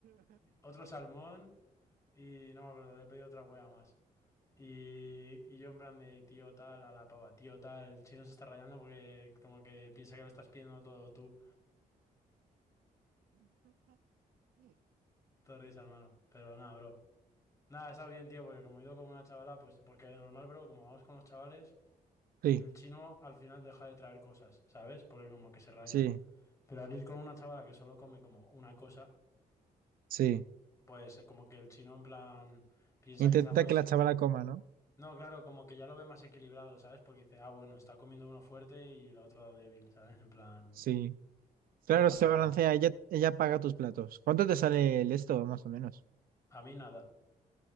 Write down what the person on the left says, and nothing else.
otro salmón y no me acuerdo, le he pedido otra wea más. Y, y yo en plan de tío tal a la pava, tío tal, el chino se está rayando porque como que piensa que lo estás pidiendo todo tú. Te risa, hermano. Pero nada, bro. Nada, está bien, tío, porque como he ido con una chavala, pues porque de normal, bro, como vamos con los chavales,
el chino al final deja de traer cosas, ¿sabes? Porque como que se raya.
Pero al ir con una chavala que solo come como una cosa
Pues eh, como que el chino en plan piensa
que estamos...
No, claro, como que ya lo ve más equilibrado, ¿sabes? Porque dice, ah, bueno, está comiendo uno fuerte y la otra débil, ¿sabes? En plan,
no pasa
nada.
A mí nada.